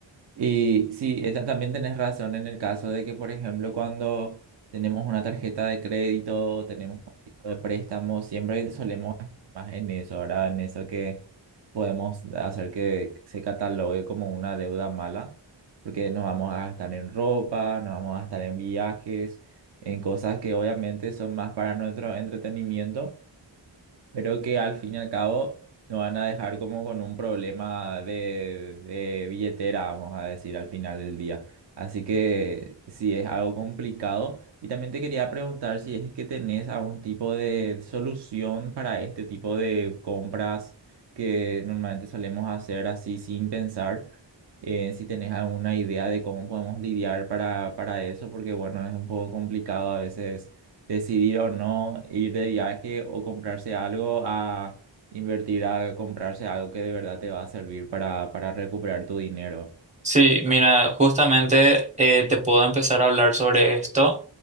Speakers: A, on the right; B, on the right.
A: Y sí, esta- también tenés razón en el caso de que, por ejemplo, cuando tenemos una tarjeta de crédito, tenemos un tipo de préstamo, siempre solemos gastar más en eso, ¿verdad? En eso que podemos hacer que se catalogue como una deuda mala, porque nos vamos a gastar en ropa, nos vamos a gastar en viajes, en cosas que obviamente son más para nuestro entretenimiento pero que al fin y al cabo nos van a dejar como con un problema de, de billetera, vamos a decir, al final del día. Así que sí es algo complicado. Y también te quería preguntar si es que tenés algún tipo de solución para este tipo de compras que normalmente solemos hacer así sin pensar. Eh, si tenés alguna idea de cómo podemos lidiar para, para eso, porque bueno, es un poco complicado a veces decidir o no ir de viaje o comprarse algo a invertir a comprarse algo que de verdad te va a servir para, para recuperar tu dinero.
B: Sí, mira, justamente eh, te puedo empezar a hablar sobre esto,